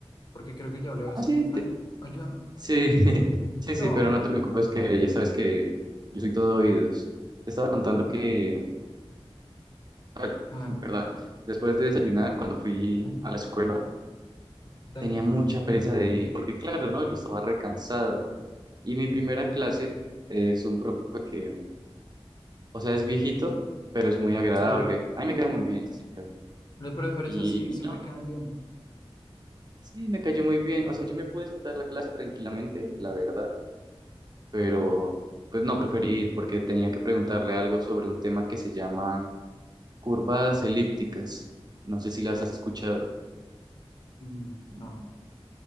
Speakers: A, on the left; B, on the right.
A: Porque creo que ya hablé bastante.
B: Ah, sí, te-
A: Ay, ayúdame.
B: sí, <laughs> sí, sí,
A: No.
B: pero no te preocupes que ya sabes que yo soy todo oídos. Te estaba contando que, ay,
A: Ah,
B: perdón, después de desayunar, cuando fui
A: <laughs>
B: a la escuela,
A: dale.
B: tenía mucha pereza de ir, porque claro, ¿no? Yo estaba recansado. Y mi primera clase es un profe que, o sea, es viejito, pero es muy agradable.
A: Sí,
B: A mí me cae muy bien ese señor.
A: los profesores
B: Y,
A: así
B: y
A: siempre
B: no,
A: quedan bien.
B: sí, me cayó muy bien. O sea, yo me pude saltar la clase tranquilamente, la verdad pero pues no preferí ir porque tenía que preguntarle algo sobre un tema que se llaman curvas elípticas. No sé si las has escuchado.
A: Mm, No,